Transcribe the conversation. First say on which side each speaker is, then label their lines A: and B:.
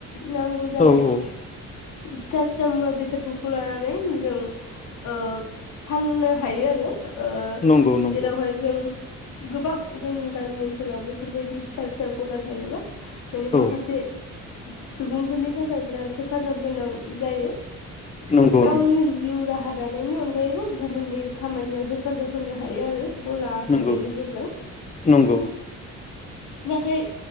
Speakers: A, on the left; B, on the left.
A: नांगौ जानाय
B: औ औ
A: फिसा फि मुवा बेसादफोरखौ लानानै जों ओ फाननो हायो आरो। ओ
B: नंगौ
A: जेरावहाय
B: नंगौ
A: जों गोबां जोंनि गामि ओनसोलाव बेफोरबायदि फिसा फिसा गला थायोबा माने माखासे
B: औ
A: सुबुंफोरनि थाखाय बिराद हेफाजाब गोनां जायो।
B: नंगौ
A: गावनि
B: नंगौ
A: जिउ राहा दानायनि अन गायैबो गुबुननि खामानियाव हेफाजाब होनो हायो आरो गलाफोरनि
B: नंगौ
A: गेजेरजों।
B: नंगौ
A: नाथाय